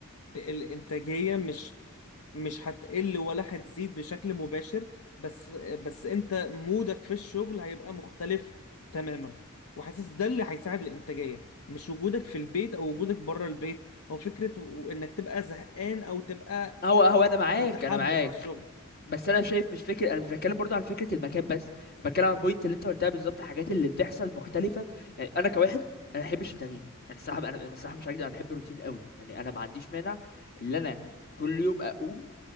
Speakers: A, on the left; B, on the left.
A: الانتاجية مش مش هتقل ولا هتزيد بشكل مباشر بس بس انت مودك في الشغل هيبقى مختلف تماما وحاسس ده اللي هيساعد الانتاجية مش وجودك في البيت او وجودك بره البيت او فكرة و- انك تبقى زهقان او تبقى
B: هو هو انا معاك
A: متحمس
B: انا معاك
A: على الشغل
B: بس انا شايف مش فكره انا مش بتكلم برضه عن فكره المكان بس بتكلم عن البوينت اللي انت قلتها بالظبط الحاجات اللي بتحصل مختلفه يعني انا كواحد انا ما بحبش التغيير يعني الصراحه انا انا الصراحه مش هكدب انا بحب الروتين قوي يعني انا ما عنديش مانع ان انا كل يوم اقوم